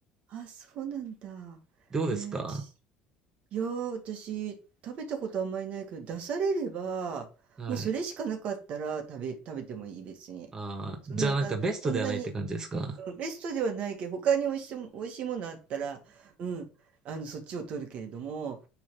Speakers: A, on the right; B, on the right.
A: あ、そうなんだ。
B: どうですか
A: えー、私いやー、私、食べたことあんまりないけど、出されれば、
B: はい。
A: もうそれしかなかったら食べ、食べてもいい、別に。
B: ああ、
A: そんな、
B: じゃあなんかベストではないって感じですか
A: そんなに、うんベストではないけど、他に美味しいも、美味しいものあったら、うん、あの、そっちを取るけれども、